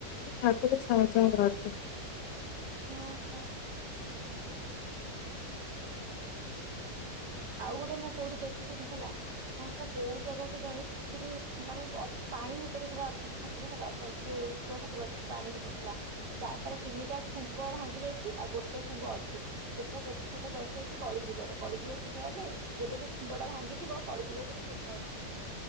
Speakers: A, on the left (about 85°); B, on the right (about 70°).
A: ଠାକୁର ଛାଆଁ ଛାଆଁ ବାହାରିଚନ୍ତି।
B: ଓ ହୋ। ଆଉ ଗୋଟେ ମୁଁ କୋଉଠି ଦେଖିଥିଲି ହେଲା ସେଟା କୋଉ ଜାଗା କେଜାଣି। ସେଠି ମାନେ ଅଛ୍ ପାଣି ଭିତରେ ପୁରା ଅଛନ୍ତି ଠାକୁର ହେଲା ଯୋଉ ଶିବ ଠାକୁର ଅଛନ୍ତି ପାଣି ଭିତରେ ହେଲା। ଚାରିଟାରୁ ତିନିଟା ଖୁମ୍ବ ଭାଙ୍ଗି ଯାଇଚି ଆଉ ଗୋଟେ ଖୁମ୍ବ ଅଛି। ସେଟା ଦେଖୁଚ ଦର୍ଶଉଚି କଳିଯୁଗର କଳିଯୁଗ ଶେଷ ହେଲେ, ଯେବେ ସେ ଖୁମ୍ବ ଟା ଭାଙ୍ଗିଯିବ କଳିଯୁଗ ସେବେ ଶେଷ ହବ।